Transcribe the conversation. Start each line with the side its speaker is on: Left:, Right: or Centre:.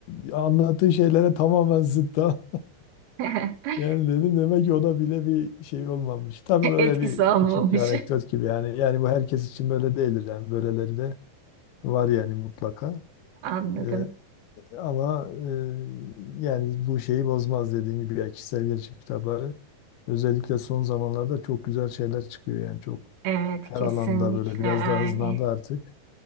Left: e, anlattığı şeylere tamamen zıt da. <laughs>
Right: <laughs>
Left: Yani dedim demek ki o da bile bir şey olmamış. Tabii böyle
Right: Etkisi
Left: bir
Right: almamış.
Left: küçük bir anekdot gibi yani. Yani bu herkes için böyle değildir yani böyleleri de. Var yani mutlaka.
Right: <laughs> Anladım.
Left: Eee, ama eee, yani bu şeyi bozmaz dediğim gibi ya kişisel gelişim kitapları özellikle son zamanlarda çok güzel şeyler çıkıyor yani çok
Right: Evet
Left: her
Right: kesinlikle
Left: alanda böyle biraz
Right: öyle.
Left: daha hızlandı artık.